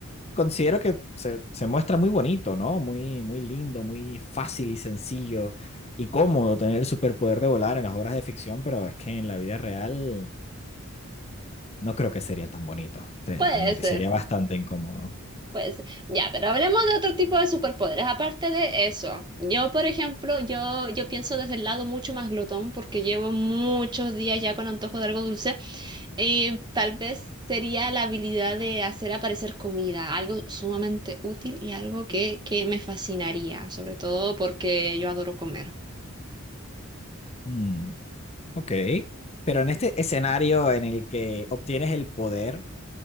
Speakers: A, on the left; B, on the right.
A: considero que se, se muestra muy bonito, ¿no? Muy, muy lindo, muy fácil y sencillo y cómodo tener el superpoder de volar en las obras de ficción, pero es que en la vida real no creo que sería tan bonito. Te-
B: Puede
A: tendría-
B: ser.
A: sería bastante incómodo.
B: Pues ya, pero hablemos de otro tipo de superpoderes. Aparte de eso, yo, por ejemplo, yo, yo pienso desde el lado mucho más glotón porque llevo muchos días ya con antojo de algo dulce. Eh, tal vez sería la habilidad de hacer aparecer comida, algo sumamente útil y algo que, que me fascinaría, sobre todo porque yo adoro comer.
A: Mm, ok. Pero en este escenario en el que obtienes el poder,